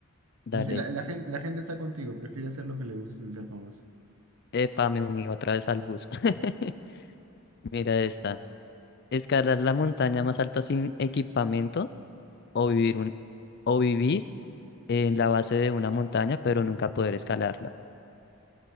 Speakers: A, on the left; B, on the right.
A: Dale,
B: Pero sí, la, la gente, la gente está contigo, prefiere hacer lo que le gusta sin ser famoso.
A: epa, me uní otra vez al bus. <laughs> Mira esta. escalar la montaña más alta sin equipamiento o vivir un, o vivir en la base de una montaña, pero nunca poder escalarla.